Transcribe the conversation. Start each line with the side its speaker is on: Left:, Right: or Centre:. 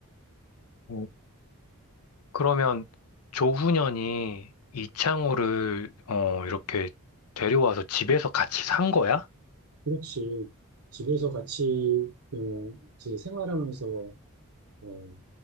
Left: 어, 그러면 조훈현이 이창호를 어, 이렇게 데려와서 집에서 같이 산 거야?
Right: 그렇지. 집에서 같이 어, 이제 생활하면서 어,